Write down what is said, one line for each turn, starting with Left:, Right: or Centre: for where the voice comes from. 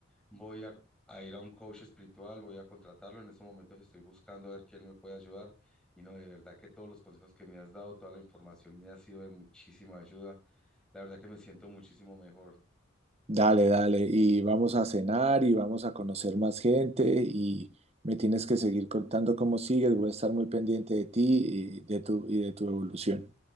Centre: voy a, a ir a un coach espiritual, voy a contratarlo. En estos momentos estoy buscando a ver quién me puede ayudar. Y no, de verdad que todos los consejos que me has dado, toda la información me ha sido de muchísima ayuda. La verdad que me siento muchísimo mejor.
Right: Dale, dale, y vamos a cenar y vamos a conocer más gente y me tienes que seguir contando cómo sigues, voy a estar muy pendiente de ti y de tu, y de tu evolución.